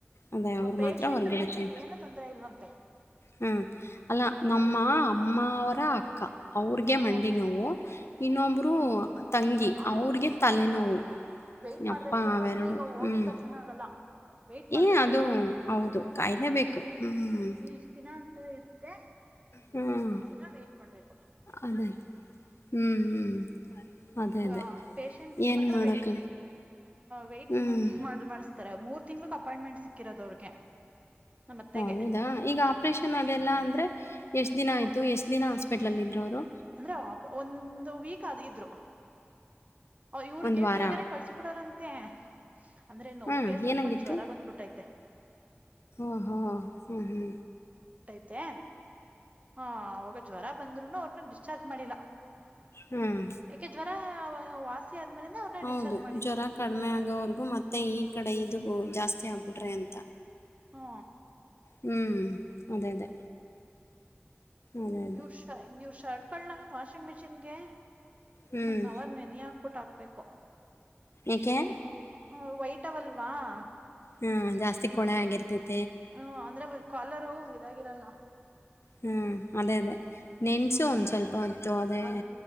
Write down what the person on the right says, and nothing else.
ಪೇಶೆಂಟ್
ಮಾತ್ರ ಏನು ತೊಂದರೆ ಇಲ್ವಂತೆ
ಹ
ಆದ್ರೆ
ವೇಟ್ ಮಾಡ್ಬೇಕು
ಸುಮ್ನೆ ಈಗ ಹೋಗಿದ
ತಕ್ಷಣ ಆಗಲ್ಲ ವೇಟ್ ಮಾಡ್ಬೇಕು
ಇಷ್ಟ ದಿನ ಅಂತ ಇರುತ್ತೆ
ಅಷ್ಟ ದಿನ ವೇಟ್ ಮಾಡ್ಬೇಕು
ಹ
ಪಷಂಟ್ಗೆ
ಮಾತ್ರ
ವೈಟ್್ ವೇಟ್
ಮಾಡಿಸ್ತಾರೆ ಮೂರ್ ತಿಂಗಳಕ್ ಅಪಾಯಿಂಟ್ಮೆಂಟ್ ಸಿಕ್ಕಿರೋದು ಅವ್ರಿಗೆ ನಮ್ಮ ಅತ್ತೆಗೆ
ಹ
ಅಂದ್ರೆ ಒಂದು ವೀಕ್ ಆದ ಇದ್ರು ಇವ್ರಗೆ
ಬೇಗನೆ ಕಳ್ಸ್ಬಿಡಾರಂತೆ ಅಂದ್ರೆ ನೋಗೆ
ಸ್ವಲ್ಪ
ಜ್ವರ ಬಂದ್ಬಿಟ್ಟೈತೆ
ಮತ್ತೆ ಹ ಅವಾಗ ಜ್ವರ ಬಂದ್ರುನು ಅವ್ರನ್ನ ಡಿಸ್ಚಾರ್ಜ್ ಮಾಡಿಲ್ಲ
ಯಾಕೆ ಜ್ವರ ವಾಸಿ ಆದ್ಮೇಲೆ ಅವ್ರನ್ನ
ಡಿಸ್ಚಾರ್ಜ್ ಮಾಡಿದ್ದು
ಹಾ
ನೀವರು ಶ ನೀವ್ ಶರ್ಟ್ಕೊಳ್ಳಣ ವಾಷಿಂಗ್ ಮಿಷಿನ್ಗೆ
ಒಂದ ಅವರ್ ನೆನಿಯಕ್ ಬಿಟ್ ಹಾಕ್ಬಿಟ್ಟ ಹಾಕ್ಬೇಕು
ಹ್ಮ ವೈತವಲ್ವ ಅವಲ್ವಾ
ಹ್ಮ ಅಂದ್ರೆ ಕಾಲರು ಇದಾಗಿರಲ್ಲ
ಹ
ಒಂದ್